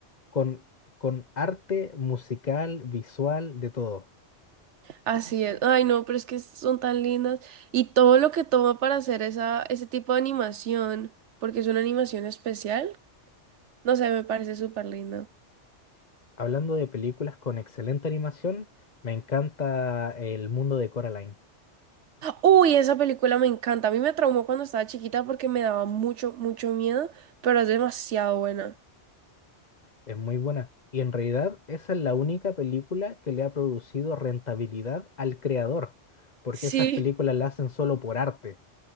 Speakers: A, on the left (about 40°); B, on the right (about 75°).
A: con, con arte musical, visual, de todo.
B: Así es. Ay, no, pero es que son tan lindas. Y todo lo que toma para hacer esa, ese tipo de animación, porque es una animación especial, no sé, me parece súper lindo.
A: Hablando de películas con excelente animación, me encanta El mundo de Coraline.
B: Uy, esa película me encanta. A mí me traumó cuando estaba chiquita porque me daba mucho, mucho miedo, pero es demasiado buena.
A: Es muy buena. Y en realidad esa es la única película que le ha producido rentabilidad al creador, porque
B: Sí.
A: esas películas las hacen solo por arte.